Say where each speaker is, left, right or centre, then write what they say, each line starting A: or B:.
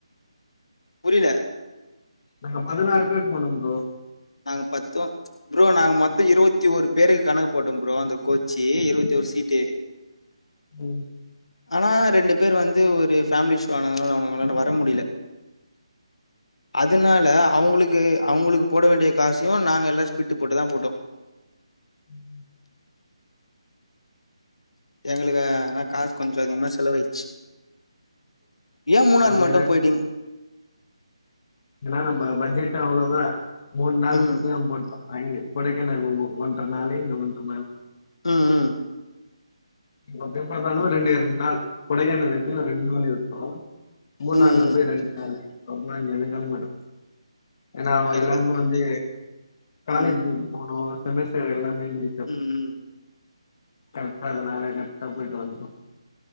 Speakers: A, on the left; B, on the left.
A: புரில
B: நாங்க பதினாறு பேர் போனோ ஃப்ரோ
A: நாங்க பத்தூ ஃப்ரோ நாங்க மொத்தொ இருவத்தி ஓரு பேருக்கு கணக்கு போட்டோ ஃப்ரோ அந்த கோச்சி இருவத்தோரு சீட்டு
B: ம்
A: ஆனா ரெண்டு பேர் வந்து ஒரு ஃபேம்லி இஷ்யூ ஆனதுனால அவுனுங்களால வர முடில அதுனால அவுங்களுக்கு அவங்களுக்கு போட வேண்டிய காசையு நாங்க எல்லா சேத்து போட்டு தா போட்டோ
B: ம்
A: எங்களுக்கு ஆனா காசு கொஞ்ச அதிகமா செலவா ஆயிரிச்சி ஏன் மூணாறு
B: அது
A: மட்டு
B: வேற
A: போய்டீங்
B: ஏன்னா நம்ம பட்ஜெட்டூ அவ்ளோதா மூண் நாள்
A: ம்.
B: ட்ரிப்பதா போட்டோ அங்க கொடைக்கானல் ஒன்ற நாள் இந்க ஒன்ற நாளு
A: ம் ம்
B: எப்டி பாத்தாலு ரெண்டே ரெண்டு நாள் கொடைகானல் ரெண்டு <unintelligible> மூணார்ல
A: ம், ம்.
B: போய் ரெண்டு நாள் <unintelligible> ஏன்னா
A: எனக்கு
B: எல்லாருமே வந்து காலேஜி
A: ம்,
B: போனு செமஸ்டர் எல்லாமேந்து
A: ம் ம்
B: கரட்டா இருந்ததனால கரட்டா போயிட்டு வன்ட்டோ